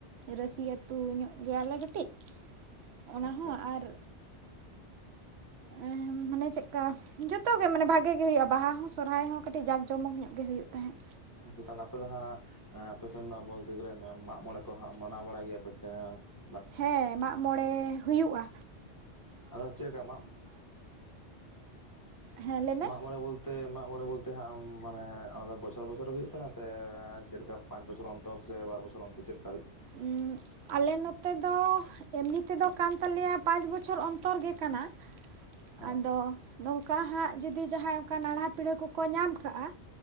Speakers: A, on the right (about 70°); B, on the left (about 20°).
A: ᱨᱟᱹᱥᱤ ᱟᱹᱛᱩ ᱧᱚᱜ ᱜᱮᱭᱟᱞᱮ ᱠᱟᱹᱴᱤᱡ ᱚᱱᱟ
B: ᱟᱪᱪᱷᱟ
A: ᱦᱚᱸ ᱟᱨ ᱮ ᱢᱟᱱᱮ ᱪᱮᱫᱠᱟ ᱡᱚᱛᱚ ᱜᱮ ᱢᱟᱱᱮ ᱵᱷᱟᱜᱮ ᱜᱮ ᱦᱩᱭᱩᱜ-ᱟ ᱵᱟᱦᱟ ᱦᱚᱸ ᱥᱚᱨᱦᱟᱭ ᱦᱚᱸ ᱠᱟᱹᱴᱤᱡ ᱡᱟᱸᱠ ᱡᱚᱢᱚᱠ ᱧᱚᱜ ᱜᱮ ᱦᱩᱭᱩᱜ ᱛᱟᱦᱮᱸᱫ᱾
B: <unintelligible> ᱟᱯᱮ ᱫᱚ ᱦᱟᱸᱜ ᱟᱯᱮ ᱥᱮᱱ ᱫᱚ ᱵᱚᱞᱛᱮ ᱜᱮᱞᱮ ᱢᱟᱜᱽ ᱢᱚᱬᱮ ᱠᱚ ᱦᱟᱸᱜ ᱢᱟᱱᱟᱣ ᱵᱟᱲᱟᱭ ᱜᱮᱭᱟ ᱯᱮᱥᱮ ᱵᱟᱝ?
A: ᱦᱮᱸ ᱢᱟᱜᱢᱚᱬᱮ ᱦᱩᱭᱩᱜ-ᱟ᱾
B: ᱟᱫᱚ ᱪᱮᱜᱠᱟ ᱢᱟᱜᱽ
A: ᱦᱮᱸ ᱞᱟᱹᱭ ᱢᱮ
B: ᱢᱟᱜ ᱢᱚᱬᱮ ᱵᱚᱞᱛᱮ ᱛᱮ ᱢᱟᱜᱢᱚᱬᱮ ᱵᱚᱞᱛᱮ ᱦᱟᱸᱜ ᱢᱟᱱᱮ ᱚᱱᱟᱫᱚ ᱵᱚᱪᱷᱚᱨ ᱵᱚᱪᱷᱚᱨ ᱦᱩᱭᱩᱜ ᱛᱟᱦᱮᱱᱟ ᱥᱮ ᱪᱮᱫ ᱞᱮᱠᱟ ᱯᱟᱸᱪ ᱵᱪᱷᱚᱨ ᱚᱱᱛᱚᱨ ᱥᱮ ᱵᱟᱨ ᱵᱚᱪᱚᱨ ᱚᱱᱛᱚᱨ ᱪᱮ
A: ᱩᱻᱜ ᱟᱞᱮ ᱱᱚᱛᱮ ᱫᱚ ᱮᱢᱱᱤ ᱛᱮᱫᱚ ᱠᱟᱱ ᱛᱟᱞᱮᱭᱟ ᱯᱟᱸᱪ ᱵᱚᱪᱷᱚᱨ ᱚᱱᱛᱚᱨ ᱜᱮ ᱠᱟᱱᱟ᱾
B: ᱦᱮᱸ
A: ᱟᱫᱚ ᱱᱚᱝᱠᱟ ᱦᱟᱸᱜ ᱡᱩᱫᱤ ᱡᱟᱦᱟᱸᱭ ᱚᱱᱠᱟ ᱱᱟᱲᱦᱟ ᱯᱤᱲᱦᱟᱹ ᱠᱚᱠᱚ ᱧᱟᱢ ᱠᱟᱜ-ᱟ